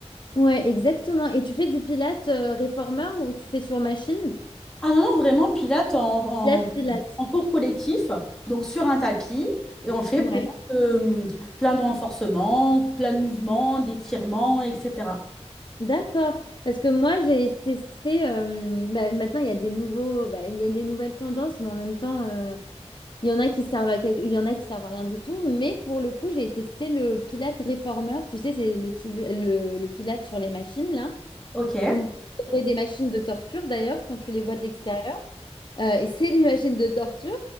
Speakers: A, on the left; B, in the centre.
A: Ouais, exactement. Et tu fais du pilate euh, réformeur ou tu fais sur machine?
B: Ah non, non, vraiment, pilates en,
A: Pilate,
B: en,
A: pilate.
B: en cours collectif, donc sur un tapis, et on fait
A: Ouais.
B: plein de, plein de renforcements, plein de mouvements, d'étirements, etc.
A: D'accord. Parce que moi, j'ai testé. euh, bah, maintenant, il y a des nouveaux, bah, il y a des nouvelles tendances, mais en même temps. euh, Il y en a qui servent à quelque- il y en a qui servent à rien du tout, mais pour le coup, j'ai testé le Pilate Reformer. Tu sais, c'est le, ti- le, le Pilate sur les machines, là.
B: Ok.
A: On dirait des machines de torture, d'ailleurs, quand tu les vois de l'extérieur. Euh, et c'est des machines de torture.